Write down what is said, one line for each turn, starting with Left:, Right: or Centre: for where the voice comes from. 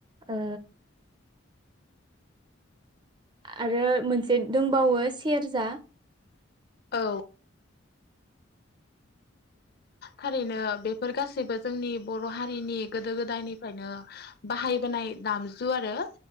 Right: ओ आरो मोनसे दोंबावो। बो सेर्जा।
Left: औ। थारैनो बेफोर गासैबो जोंनि बर हारिनि गोदो गोदायनिफ्रायनो बाहायबोनाय दामजु आरो